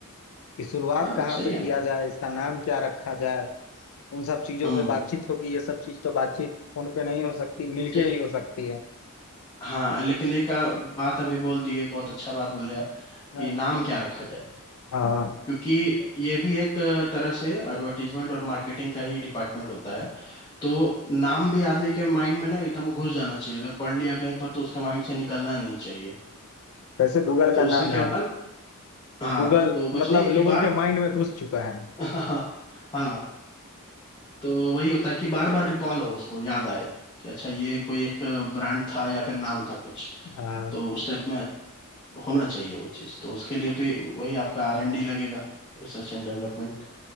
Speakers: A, on the left; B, on the left.
A: कि शुरुआत
B: हाँ
A: कहाँ
B: सही
A: से
B: है
A: किया
B: ना
A: जाए इसका नाम क्या रखा जाए उन सब चीजों
B: हम्म
A: पे बातचीत होगी ये सब चीज तो बातचीत फोन पे नहीं हो सकती मिलके
B: चलिए
A: ही हो सकती है
B: हाँ लेकिन एक आ, बात अभी बोल दिए बहुत अच्छा बात बोले आप
A: हाँ।
B: कि नाम क्या रखा जाए
A: हाँ
B: क्योंकि ये भी एक अ, तरह से एडवर्टीजमेंट और मार्केटिंग का ही डिपार्टमेंट होता है तो नाम भी आदमी के माइंड में ना एकदम घुस जाना चाहिए अगर पढ़ लिया कहीं पर तो उसके माइंड से निकलना नहीं चाहिए
A: वैसे गूगल
B: तो
A: का
B: उससे
A: नाम
B: क्या
A: है
B: होता है ना हाँ
A: गूगल
B: तो बस
A: मतलब
B: वही है
A: लोगों
B: कि बार
A: के माइंड में घुस चुका है
B: <laughs> हाँ हाँ तो वही होता है कि बार बार रिकॉल हो उसको याद आए कि अच्छा ये कोई एक ब्रांड था या फिर नाम था कुछ
A: हाँ
B: तो उस टाइप में होना चाहिए वो चीज़ तो उसके लिए भी वही आपका आर एन डी लगेगा रिसर्च एंड डेवलपमेंट